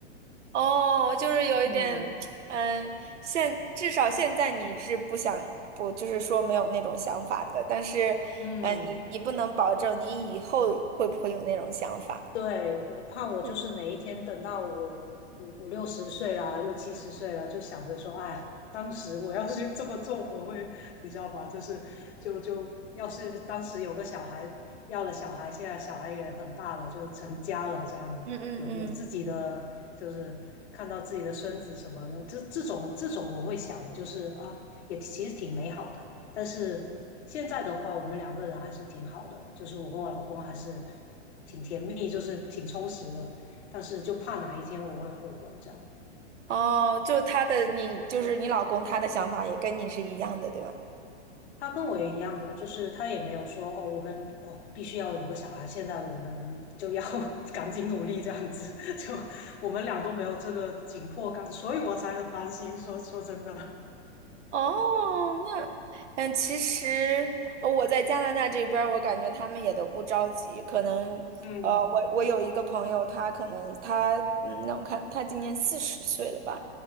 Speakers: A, on the right (about 85°); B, on the left (about 70°).
A: 哦，就是有一点，
B: <laughs> 嗯
A: 嗯，现至少现在你是不想不，就是说没有那种想法的，但是，
B: 嗯。
A: 嗯，你你不能保证你以后会不会有那种想法。
B: 对，我怕我就是哪一天等到我五五六十岁啦，
A: 嗯，
B: 六七十岁了，就想着说，哎，当时我要是这么做，我会，你知道吧？就是就就要是当时有个小孩，要了小孩，现在小孩也很大了，就成家了，这样有有自己的，
A: 嗯嗯嗯。
B: 就是看到自己的孙子什么的，这这种这种我会想，就是啊，也其实挺美好的。但是现在的话，我们两个人还是挺好的，就是我跟我老公还是。挺甜蜜，就是挺充实的，但是就怕哪一天我会后悔这样。
A: 哦，就他的你，就是你老公，他的想法也跟你是一样的，对吧？
B: 他跟我也一样的，就是他也没有说哦，我们哦必须要有个小孩，现在我们就要 <laughs> 赶紧努力这样子，<laughs> 就我们俩都没有这个紧迫感，所以我才很担心。说说真的，
A: 哦，那，嗯，其实呃我在加拿大这边儿我感觉他们也都不着急。可能，
B: <laughs> 嗯
A: 呃，我我有一个朋友，他可能他，嗯，让我看，他今年四十岁了吧？